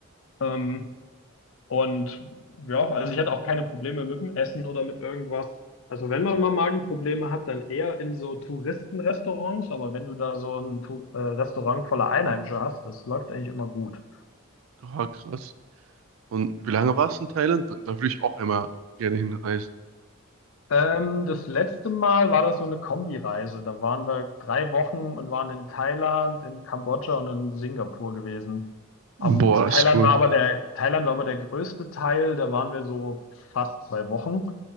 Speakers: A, on the left; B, on the right.
A: Ähm, Und ja, also ich hatte auch keine Probleme mit dem Essen oder mit irgendwas. Also wenn man mal Magenprobleme hat, dann eher in so Touristenrestaurants, aber wenn du da so ein Tu- äh, Restaurant voller Einheimische hast, das läuft eigentlich immer gut.
B: Oh, krass. Und wie lange warst du in Thailand? Da, da würde ich auch immer gerne hinreisen.
A: Ähm, das letzte Mal war das so eine Kombireise. Da waren wir drei Wochen und waren in Thailand, in Kambodscha und in Singapur gewesen.
B: Boah,
A: Ähm,
B: das
A: Thailand
B: ist cool.
A: war aber der, Thailand war aber der größte Teil, da waren wir so fast zwei Wochen.